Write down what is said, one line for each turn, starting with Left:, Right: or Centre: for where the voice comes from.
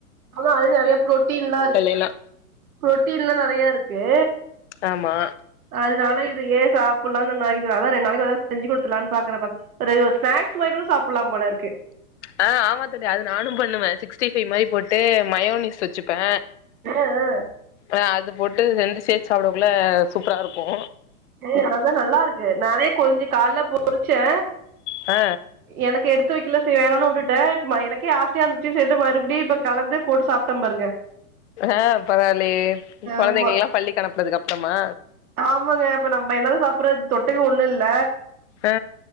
Right: ஆமா அது நிறையா புரோட்டீன்லா இரு
Left: எல்லா
Right: புரோட்டீன்லா நெறையா இருக்கு
Left: ஆமா
Right: அதனால இது ஏ சாப்புலான நாகிதா அதா ரெண்டு நாளைக்கு அத செஞ்சு கொடுத்துலான்னு பாக்குறப்ப ஒரே ஒர் ஸ்நாக்ஸ் வாய்க்கூட சாப்புலா போல இருக்கு
Left: ஆ ஆமா தோழி அது நானு பண்ணுவே சிக்ஸ்டி ஃபை மாரி போட்டு மயோனிஸ் வச்சுப்பே
Right: ஆ ஆ
Left: அ அது போட்டு ரெண்டு சேத்து சாப்டக்குள்ள சூப்பராருக்கு
Right: ஏ அததா நல்லாருக்கு நானே கொஞ்சோ கால்லே பொறிச்சே
Left: ஆ
Right: எனக்கு எடுத்து வெக்கில செரி வேணானு உட்டுட்டே ம எனக்கே ஆசையாருந்துச்சு சேரினுட்டு மறுபடி இப்ப கலந்து போட்டு சாப்ட்டே பாருங்க
Left: ஆ பரவால்லியே கொழந்தைங்கள்லா
Right: ஆமா
Left: பள்ளிக்கு அனுப்புனதுக்கு அப்றமா
Right: ஆமாங்க இப்ப நம்ப என்னத சாப்புறது தொட்டுக்க ஒன்னு இல்ல
Left: ஆ